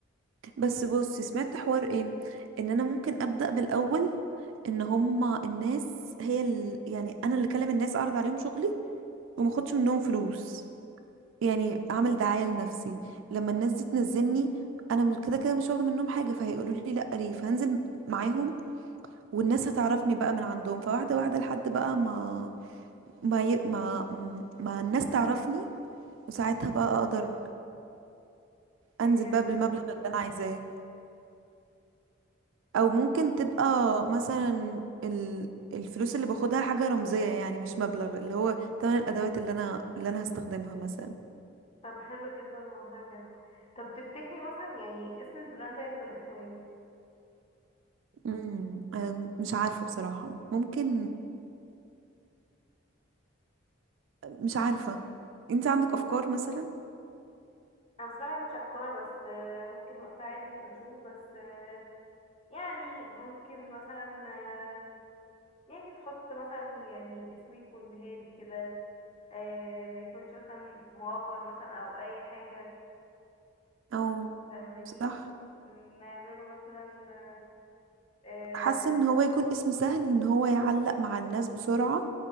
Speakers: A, on the right; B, on the left.
A: بس بصي سمعت حوار ايه ان انا ممكن ابدا بالاول ان هما الناس هي ال... يعني انا اللي اكلم الناس اعرض عليهم شغلي وما اخدش منهم فلوس يعني اعمل دعايه لنفسي لما الناس دي تنزلني انا م- كده كده مش واخده منهم حاجه فهيقولوا لي لا ليه فهنزل معاهم والناس هتعرفني بقى من عندهم فواحده واحده لحد بقى ما ما ي... ما ما الناس تعرفني وساعتها بقى اقدر انزل
B: يعني حلو
A: بقى بالمبلغ
B: جدا
A: اللي انا عايزاه او ممكن تبقى مثلا ال... الفلوس اللي باخدها حاجة رمزية يعني مش مبلغ اللي هو تمن الادوات اللي انا اللي انا هستخدمها مثلا
B: طب حلو جدا والله بجد طب تفتكري مثلا يعني اسم البراند هيكون اسمه ايه؟
A: امم أم، مش عارفة بصراحة ممكن مش عارفة انت عندك افكار مثلا
B: انا بصراحة ما عنديش افكار بس آه، ممكن وقتها عادي نبقى نشوف بس آه، يعني ممكن مثلا آه، يعني نحط مثلا يعني اسم يكون هادي كده آه، ما يكونش مثلا موفر مثلا او اي حاجة
A: او
B: فاهماني
A: صح
B: نعمله مثلا آه،
A: وحاسة ان هو يكون اسم سهل ان هو يعلق مع الناس بسرعة